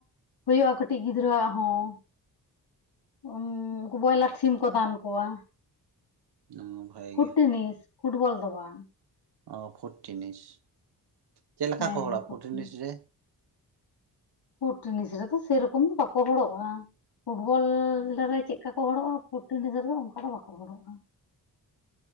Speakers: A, on the left; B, on the right.
A: ᱦᱩᱭᱩᱜ-ᱟ ᱠᱟᱹᱴᱤᱡ ᱜᱤᱫᱽᱨᱟᱹᱣᱟᱜ ᱦᱚᱸ᱾ ᱚᱢᱻ ᱩᱱᱠᱩ ᱵᱚᱭᱞᱟᱴ ᱥᱤᱢ ᱠᱚ ᱫᱟᱱ ᱠᱚᱣᱟ᱾
B: ᱚ ᱵᱷᱟᱜᱮ
A: ᱯᱷᱩᱴ
B: ᱜᱮ
A: ᱴᱮᱱᱤᱥ, ᱯᱷᱩᱴ ᱵᱚᱞ ᱫᱚ ᱵᱟᱝ᱾
B: ᱚ ᱯᱷᱩᱴ ᱴᱤᱱᱤᱥ ᱪᱮᱫ ᱞᱮᱠᱟ
A: ᱦᱮᱸ
B: ᱠᱚ ᱦᱚᱲᱚᱜ-ᱟ
A: ᱯᱷᱩᱴ
B: ᱯᱷᱴ ᱴᱤᱱᱤᱥ
A: ᱴᱮᱱᱤᱥ
B: ᱨᱮ?
A: ᱯᱷᱩᱴ ᱴᱤᱱᱤᱥ ᱨᱮᱫᱚ ᱥᱮᱨᱚᱠᱚᱢ ᱫᱚ ᱵᱟᱠᱚ ᱦᱚᱲᱚᱜ-ᱟ᱾ ᱯᱷᱩᱴᱵᱚᱞ ᱨᱮ ᱪᱮᱫ ᱠᱚᱟ ᱦᱚᱲᱚᱜ-ᱟ, ᱯᱷᱩᱴ ᱴᱮᱱᱤᱥ ᱨᱮᱫᱚ ᱚᱱᱠᱟ ᱫᱚ ᱵᱟᱠᱚ ᱦᱚᱲᱚᱜ-ᱟ᱾